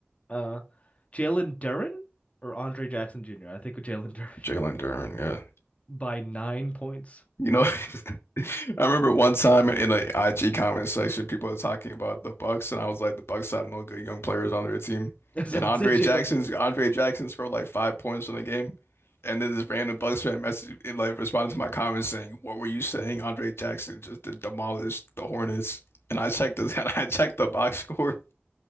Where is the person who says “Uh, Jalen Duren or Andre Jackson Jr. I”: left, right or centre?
Left